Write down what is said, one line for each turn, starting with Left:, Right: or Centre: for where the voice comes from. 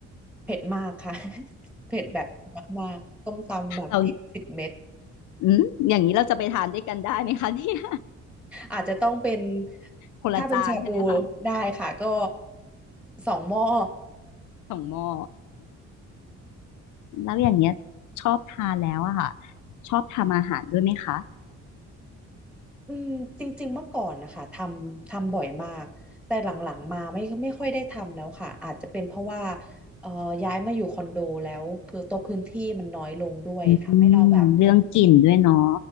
Centre: เผ็ดมากค่ะ <laughs> เผ็ดแบบมากๆส้มตำแบบพริกสิบเม็ด
Left: เราอืมอย่างนี้เราจะไปทานด้วยกันได้ไหมคะ <laughs> เนี่ย
Centre: อาจจะต้องเป็น
Left: คนละจานใช่ไหมคะ
Centre: ถ้าเป็นชาบูได้ค่ะก็สองหม้อ
Left: สองหม้อแล้วอย่างเงี้ยชอบทานแล้วอะค่ะชอบทำอาหารด้วยไหมคะ
Centre: อืมจริงๆเมื่อก่อนนะคะทำทำบ่อยมากแต่หลังๆมาไม่ไม่ค่อยได้ทำแล้วค่ะอาจจะเป็นเพราะว่าเอ่อย้ายมาอยู่คอนโดแล้วเพื่อตัวพื้นที่มันน้อยลงด้วยทำให้เราแบบไม่ค่อย
Left: อืมเรื่องกลิ่นด้วยเนาะ